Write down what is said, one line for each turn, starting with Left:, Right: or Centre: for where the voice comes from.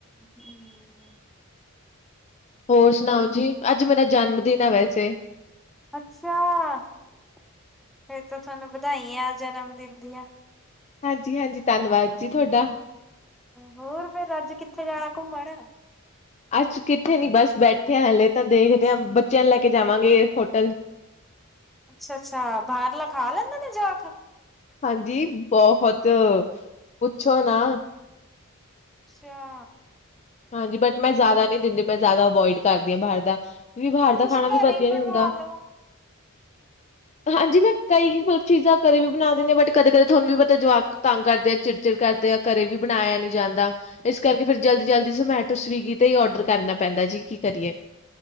Centre: ਹੂੰ <unintelligible>
Left: ਹੋਰ ਸੁਣਾਓ ਜੀ ਅੱਜ ਮੇਰਾ ਜਨਮ ਦਿਨ ਹੈ ਵੈਸੇ।
Centre: ਅੱਛਾ- ਫਿਰ ਤਾਂ ਤੁਹਾਨੂੰ ਵਧਾਈਆ ਜਨਮ ਦਿਨ ਦੀਆਂ
Left: ਹਾਂਜੀ- ਹਾਂਜੀ ਧੰਨਵਾਦ ਜੀ ਤੁਹਾਡਾ।
Centre: ਹੋਰ ਫਿਰ ਅੱਜ ਕਿੱਥੇ ਜਾਣਾ ਘੁੰਮਣ?
Left: ਅੱਜ ਕਿੱਥੇ ਨੀ ਬਸ ਬੈਠੇ ਬੈਠੇ ਹਲੇ ਤਾਂ ਦੇਖਦੇ ਹਾਂ ਬੱਚਿਆਂ ਨੂੰ ਲੈ ਕੇ ਜਾਵਾਂਗੇ ਹੋਟਲ।
Centre: ਅੱਛਾ-ਅੱਛਾ ਬਾਹਰਲਾ ਖਾ ਲੈਂਦੇ ਨੇ ਜਵਾਕ?
Left: ਹਾਂਜੀ ਬਹੁਤ, ਪੁੱਛੋ ਨਾ।
Centre: ਅੱਛਾ
Left: ਹਾਂਜੀ ਬਟ ਮੈਂ ਜ਼ਿਆਦਾ ਨਹੀਂ ਦਿੰਦੀ ਮੈਂ ਜ਼ਿਆਦਾ ਅਵੋਇਡ ਕਰਦੀ ਹਾਂ ਬਾਹਰ ਦਾ। ਬਾਹਰ
Centre: ਤੇ
Left: ਦਾ
Centre: ਤੁਸੀਂ
Left: ਖਾਣਾ ਵੀ
Centre: ਘਰੇ
Left: ਵਧੀਆ
Centre: ਬਣਵਾ
Left: ਨੀ ਹੁੰਦਾ।
Centre: ਲਓ।
Left: ਹਾਂਜੀ ਮੈਂ ਕਈ ਮਤਲਬ ਚੀਜ਼ਾਂ ਕਦੇ ਵੀ ਬਣਾ ਦਿੰਦੀ ਹਾਂ ਬਟ ਕਦੇ ਕਦੇ ਤੁਹਾਨੂੰ ਵੀ ਪਤਾ ਜਵਾਕ ਤੰਗ ਕਰਦੇ ਆ ਚਿੜਚਿੜ ਕਰਦੇ ਆ ਘਰੇ ਵੀ ਬਣਾਇਆ ਨਹੀ ਜਾਂਦਾ ਇਸ ਕਰਕੇ ਫਿਰ ਜਲਦੀ-ਜਲਦੀ। ਜੋਮੈਟੋ ਸਵਿਗੀ ਤੇ ਹੀ ਆਰਡਰ ਕਰਨਾ ਪੈਂਦਾ ਜੀ ਕੀ ਕਰੀਏ।